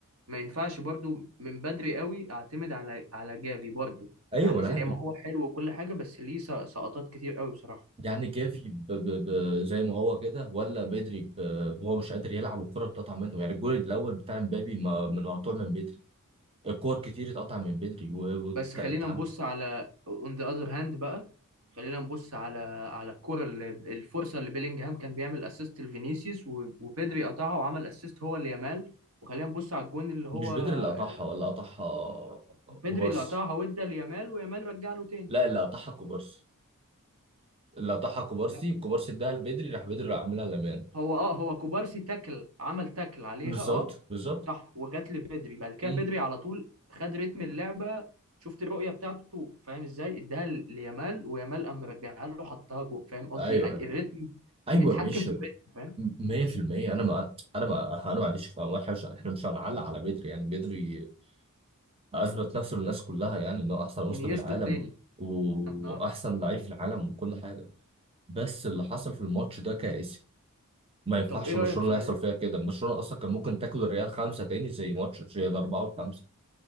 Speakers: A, on the right; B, on the right.
A: ما ينفعش برضو من بدري قوي اعتمد على على جافي برضو
B: ايوه
A: يعني
B: ما انا
A: زي
B: هعمل
A: ما هو حلو وكل حاجة بس ليه س- سقطات كتير قوي بصراحة
B: يعني جافي ب... ب... ب... زي ما هو كده ولا بدري ب... هو مش قادر يلعب والكوره بتقطع منه يعني الجول الاول بتاع مبابي ما... من مقطوع من بدري الكور كتير اتقطع من بدري وتعب
A: بس خلينا نبص على اون ذا اذر هاند بقى خلينا نبص على على الكرة اللي الفرصة اللي بيلينجهام كان بيعمل اسيست لفينيسيوس و- وبيدري قطعها وعمل اسيست هو ليامال وخلينا نبص على الجون اللي هو
B: مش بدري
A: آه،
B: اللي قطعها ولا قطعها
A: بيدري
B: كوبارسي
A: اللي قطعها وادى ليامال ويامال رجع له تاني
B: لا اللي قطعها كوبارسي اللي قطعها كوبارسي
A: لا
B: كوبارسي اداها لبدري راح بدري راح عاملها لمان
A: هو اه هو كوبارسي تاكل عمل تاكل عليها
B: بالظبط
A: اه
B: بالظبط
A: صح وجات لبيدري بعد كده
B: مم.
A: بيدري على طول خد رتم اللعبة شفت الرؤية بتاعته فاهم ازاي اداها ليامال ويامال قام رجعها له حطها جوه فاهم قصدي
B: ايوه
A: يعني
B: ايوه
A: الريتم
B: ايوه
A: اتحكم
B: ماشي
A: في الريتم فاهم
B: 100% انا ما انا ما انا ما عنديش ما إحنا مش احنا مش هنعلق على بدري يعني بدري اثبت نفسه للناس كلها يعني انه احسن وسط
A: انيستا
B: في العالم
A: التاني
B: و-
A: اه
B: واحسن لعيب في العالم وكل حاجه بس اللي حصل في الماتش ده كارثي ما ينفعش
A: طب ايه رايك
B: برشلونه
A: في
B: يحصل فيها كده برشلونه اصلا كان ممكن تاكل الريال خمسه تاني زي ماتش زي الاربعه والخمسه